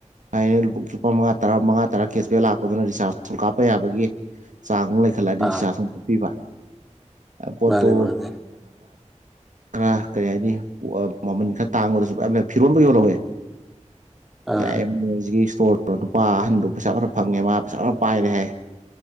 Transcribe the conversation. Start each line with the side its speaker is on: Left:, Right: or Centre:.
Right: ꯍꯥꯏꯩꯅ ꯂꯨꯄꯥ ꯃꯉꯥ ꯇꯔꯥ ꯃꯉꯥ ꯇꯔꯥ ꯀꯦꯁꯕꯦꯛ ꯂꯥꯛꯄꯗꯨꯅ ꯔꯤꯆꯥꯔꯖ ꯁꯨꯝ ꯀꯥꯞꯄ ꯌꯥꯕꯒꯤ ꯆꯥꯡ ꯈꯂꯗꯤ
Centre: ꯑꯥ
Right: ꯁꯥ ꯁꯄꯤꯕ ꯄꯣꯠꯇꯣ
Centre: ꯃꯥꯅꯦ ꯃꯥꯅꯦ
Right: ꯈꯔ ꯀꯔꯤ ꯍꯥꯏꯅꯤ ꯃꯃꯟ ꯈꯔ ꯇꯥꯡꯕꯗꯁꯨ ꯌꯥꯝ ꯐꯤꯔꯣꯟꯕ ꯌꯣꯜꯍꯧꯋꯦ
Centre: ꯑꯥ
Right: ꯆ ꯃꯣꯏꯁꯤꯀꯤ ꯏꯁ꯭ꯇꯣꯔꯗꯣ ꯅꯨꯄꯥ ꯑꯍꯟꯗꯣ ꯄꯩꯁꯥ ꯈꯔ ꯐꯪꯉꯦ ꯃꯥ ꯄꯩꯁꯥ ꯈꯔ ꯄꯥꯏꯔꯦ ꯍꯥꯏꯌꯦ